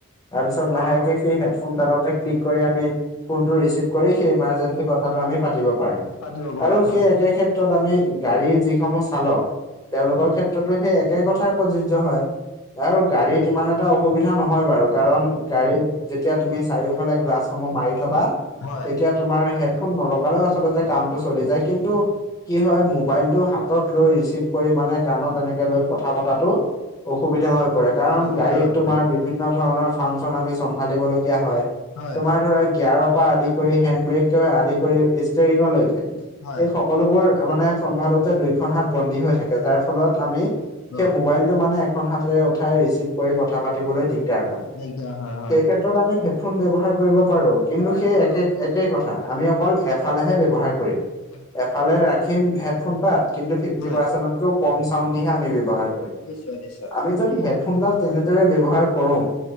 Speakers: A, on the left; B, on the left.
A: তাৰপিছত
B: তাৰপিছত
A: লাহেকে সেই
B: লাহেক
A: হেডফোনডালতে ক্লিক কৰি আমি ফোনতো ৰিচিভ কৰি সেই ইমাৰজেঞ্চি কথাটো আমি পাতিব পাৰো
B: পাতিব পাৰো
A: আৰু
B: হয়,
A: সেই একে ক্ষেত্ৰত আমি গাড়ীৰ যিসমূহ চালক, তেওঁলোকৰ ক্ষেত্ৰতো সেই একে কথাত প্ৰযোজ্য হয়, আৰু গাড়ীত ইমান এটা অসুবিধা নহয় বাৰু কাৰণ, গাড়ীত, যেতিয়া তুমি চাৰিওফালে গ্লাছসমূহ মাৰি থবা,
B: হয়,
A: তেতিয়া তোমাৰ হেডফোন নলগালেও আচলতে কামটো চলি যায় কিন্তু কি হয় মোবাইলটো হাতত লৈ ৰিচিভ কৰি মানে কাণত এনেকে লৈ কথা পতাটো অসুবিধা হৈ পৰে কাৰণ
B: অসুবিধা
A: গাড়ীত
B: হয় বোলে
A: তোমাৰ বিভিন্ন ধৰণৰ ফাংচন আমি চম্ভালিবলগীয়া হয়,
B: হয়,
A: তোমাৰ ধৰা তাৰৰ পৰা আদি কৰি হেণ্ড ব্ৰেক আদি কৰি ষ্টেৰিঙলৈকে।
B: হয়
A: এই
B: হয়।
A: সকলোবোৰ মানে চম্ভালোতে দুইখন হাত বন্দী হৈ থাকে, যাৰ ফলত আমি সেই
B: অ',
A: মোবাইলটো মানে এখন হাতৰে উঠাই ৰিচিভ কৰি কথা পাতিবলৈ দিকদাৰ হয়,
B: দিগদাৰ হয় হয়।
A: সেই ক্ষে ত্ৰত আমি হেডফোন ব্যৱহাৰ কৰিব পাৰো। কিন্তু
B: পাৰো
A: সেই
B: পাৰো,
A: একে-একে কথা আমি অকল
B: অ',
A: এফালেহে
B: আমি
A: ব্যৱহাৰ কৰিম।
B: হয় হয়।
A: এফালে ৰাখিম হেডফোন পাত কিন্তু ফিফটি
B: হয়,
A: পাৰ্চেন্টতকেও কম চাউণ্ড দি হে আমি ব্যৱহাৰ
B: নিশ্চয় নিশ্চয়,
A: আমি যদি হেডফোনডাল তেনেদৰে ব্যৱহাৰৰ কৰো,